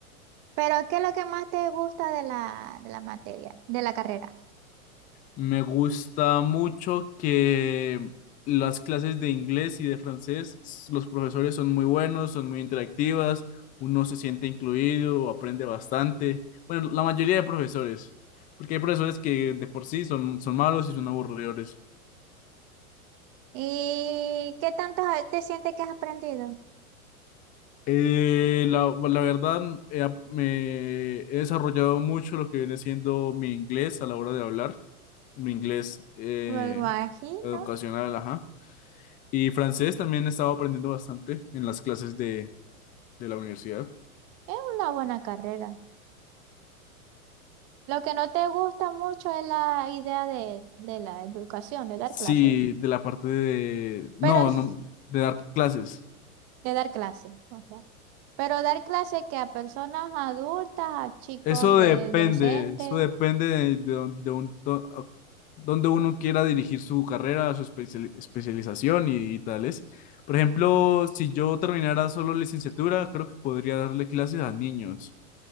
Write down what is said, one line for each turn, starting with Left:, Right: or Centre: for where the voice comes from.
Right: Pero ¿qué es lo que más te gusta de la, de la materia, de la carrera?
Left: Me gusta mucho que las clases de inglés y de francés, s- los profesores son muy buenos, son muy interactivas, uno se siente incluido, aprende bastante. Bueno, la mayoría de profesores, porque hay profesores que de por sí son, son malos y son aburridores.
Right: ¿Y qué tanto ha- te sientes que has aprendido?
Left: Eh, la, la verdad, he ap- me he desarrollado mucho lo que viene siendo mi inglés a la hora de hablar, mi inglés eh,
Right: Me imagino,
Left: educacional, ajá. Y francés también estaba aprendiendo bastante en las clases de, de la universidad.
Right: es una buena carrera. Lo que no te gusta mucho es la idea de, de la educación, de dar
Left: Sí,
Right: clases.
Left: de la parte de... No,
Right: Pero es
Left: no, de dar clases.
Right: de dar clases, Pero dar clases que a personas adultas, a chicos
Left: Eso
Right: de
Left: depende,
Right: adolescentes,
Left: eso depende de, de, don- de un- do- a- donde uno quiera dirigir su carrera, su especiali- especialización y, y tales. Por ejemplo, si yo terminara solo licenciatura, creo que podría darle clases a niños.